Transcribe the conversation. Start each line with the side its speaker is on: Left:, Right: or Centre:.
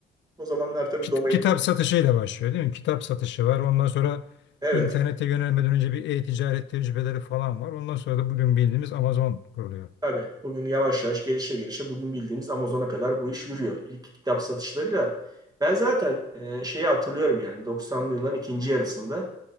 Right: O zamanlar tabii
Left: Kit-
Right: domain
Left: kitap satışıyla başlıyor değil mi? Kitap satışı var ondan sonra
Right: evet
Left: internete yönelmeden önce bir e-ticaret tecrübeleri falan var ondan sonra da bugün bildiğimiz Amazon kuruluyor.
Right: Tabii bugün yavaş yavaş gelişe gelişe bugün bildiğimiz Amazon'a kadar bu iş yürüyor. İlk kitap satışlarıyla ben zaten e, şeyi hatırlıyorum yani 90'lı yılların ikinci yarısında